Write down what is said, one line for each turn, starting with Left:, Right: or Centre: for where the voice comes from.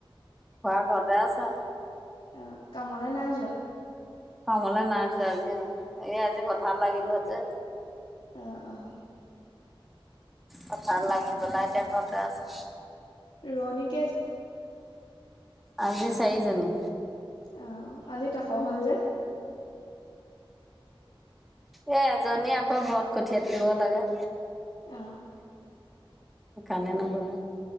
Centre: খুৰা ঘৰতে আছে
Left: অ কামলে নাই যোৱা?
Centre: কামলে নাই যোৱা আজি। এই আজি পথাত লাগিলো যে।
Left: অ অ
Centre: পথাৰত লাগি পেলাই এতিয়া ঘতে আছে।
Left: ৰুৱণিক
Centre: আজি চাৰিজনী।
Left: অ আজি তাক হ'ল যে।
Centre: এ এজনী আকৌ ঘৰত কঠিয়া তুলিব লাগে।
Left: অ
Centre: সেকাণে নগলে।